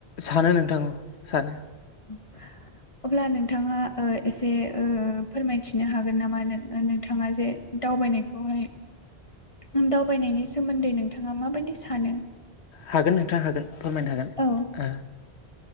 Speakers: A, on the left (about 85°); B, on the left (about 30°).
A: सानो नोंथां, ओम सानो।
B: <unintelligible> अब्ला नोंथाङा ओ एसे ओ फोरमायथिनो हागोन नामा नो नों नोंथाङा जे दाव दावबायनायखौहाय दावबायनायनि सोमोन्दै नोंथाङा माबायदि सानो।
A: हागोन नोंथां हागोन फोरमायनो हागोन।
B: औ
A: ओ